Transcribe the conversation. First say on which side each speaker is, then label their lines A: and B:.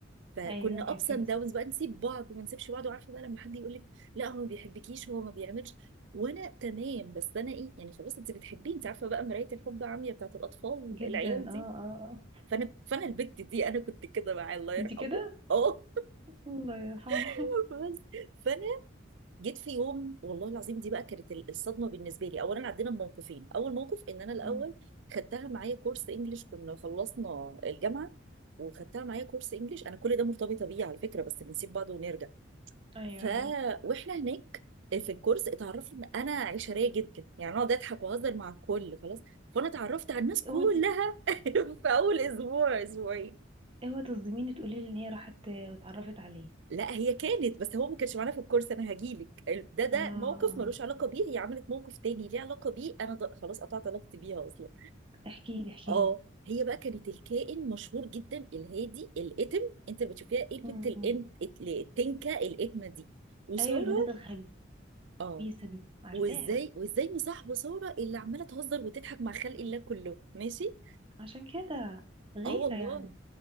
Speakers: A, on the right; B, on the right.
A: فكنا
B: ايوه ايوه
A: ابس
B: فهمتك
A: اند داونز بقى نسيب بعض ما نسيبش بعض وعارفه بقى لما حد يقول لك لا هو ما بيحبكيش هو ما بيعملش وانا تمام بس انا ايه يعني خلاص انت بتحبيه انت عارفه بقى مرايه الحب عمياء بتاعت الاطفال
B: جدا
A: العيال دي
B: اه اه اه
A: فانا فانا البت دي انا كنت كده معاه الله
B: كنت
A: يرحمه
B: كده
A: اه
B: الله يرحمه
A: <laughs> بس فانا جيت في يوم والله العظيم دي بقى كانت ال- الصدمه بالنسبه لي اولا عدينا بموقفين اول موقف ان انا الاول
B: <laughs>
A: خدتها معايا كورس انجليش كنا خلصنا الجامعه وخدتها معايا كورس انجليش انا كل ده مرتبطه بيه على فكره بس بنسيب بعض ونرجع
B: ايوه
A: ف
B: ايوه
A: واحنا هناك في الكورس اتعرفت ان انا عشريه جدا يعني اقعد اضحك واهزر مع الكل خلاص فانا اتعرفت على الناس كلها
B: اوعي تص-
A: <laughs> في اول اسبوع اسبوعين
B: اوعي تصدميني تقولي لي ان هي راحت آه، واتعرفت عليه
A: لا هي كانت بس هو ما كانش معانا في الكورس انا هجيلك ده ده
B: اه
A: موقف
B: اه
A: ملوش علاقه بيه هي عملت موقف تاني ليه علاقه بيه انا ض- خلاص قطعت علاقتي بيها اصلا
B: احكي لي احكي
A: اه
B: لي
A: هي بقى كانت الكائن مشهور جدا الهادي الاتم انت بتشوفيها ايه البت
B: امم
A: الانت التنكه الاتمه دي وساره
B: ايوه البنات الخبيثه
A: اه
B: دي عارفاها
A: وازاي وازاي مصاحبه ساره اللي عماله تهزر وتضحك مع خلق الله كله ماشي
B: عشان كده غيره
A: اه والله
B: يعني